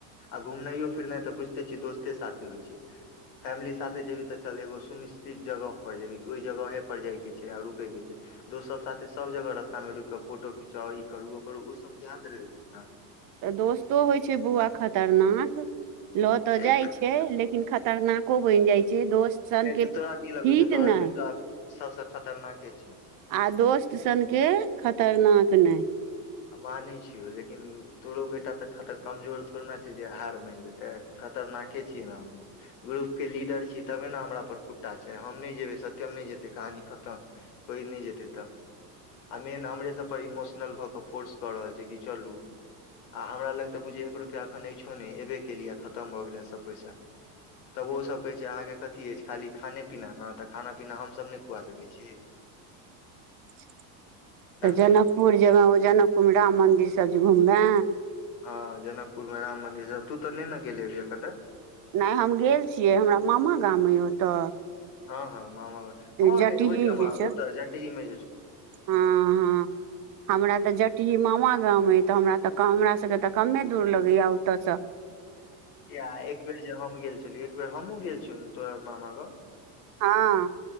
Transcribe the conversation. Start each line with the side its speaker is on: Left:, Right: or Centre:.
Left: घुमनैयो फिरनै त बुझिते छहि दोस्ते साथे हौ छै फैमली साथे जेबही त चल एगो सुनिश्चित जगह पर जेही कोइ जगहे पर जाय के छै आ रुकै के छै दोस्त सब साथे सब जगह रास्तामे रुक कऽ फोटो खिचा ई करु ओ करु ओ सब याद रहै छै न
Right: तऽ दोस्तो हौ छै बौआ खतरनाक लऽ तऽ जाय
Left: एक कथी
Right: छै लेकिन खतरनाको बनि जाय छै दोस्त सनके
Left: तोरा की लगै
Right: हित
Left: छौ तोहर
Right: नहि
Left: बेटा सबसे खतरनाके छिये
Right: आ दोस्त सनके खतरनाक नहि
Left: मानै छियौ लेकिन तोरो बेटा तऽ खत कमजोर थोड़े नै छै जे हार मानि लेतै खतरनाके छियै हम ग्रुप के लीडर छीयै तबे न हमरा पर खुट्टा छै हम नहि जेयबै सत्यम नै जेतै कहानी खतम कोइ नहि जेतै तऽ आ मेन हमरे सब पर इमोशनल भऽ क फोर्स कऽ रहल छै कि चलू आ हमरा लग तऽ बुझियै एक रुपैआ एखन अछिछो नहि एबे कयेलैआ खतम भऽ गेलै सभ पैसा तब ओसभ कहैत छै अहाँके कथी अछि खाली खाने पीना न तऽ खाना पीना हमसभ नहि खुआ सकैत छीयै
Right: <unintelligible> तऽ जनकपुर
Left: सब
Right: जेबे ओ जनकपुरमे राम मंदिर सब जे घुमबे
Left: हँ जनकपुरमे राम मन्दिर सब तू तऽ नहि ने गेलेबही एखन तक
Right: नहि हम गेल छियै हमरा मामा गाम ऐ ओतऽ
Left: हँ हँ मामा हगे
Right: जटिही
Left: ओहिठाम
Right: जे छै
Left: ओ तऽ एकहीमे
Right: हँ हँ हमरा तऽ जटही मामा गाम ऐ तऽ हमरा तऽ हमरा सबके तऽ कमे दूर लगैया ओतऽसँ
Left: य एक बेेर जे हम गेल छलियौ एक बेर हमहुँ गेल छियौ तोरा मामा गाम
Right: हँ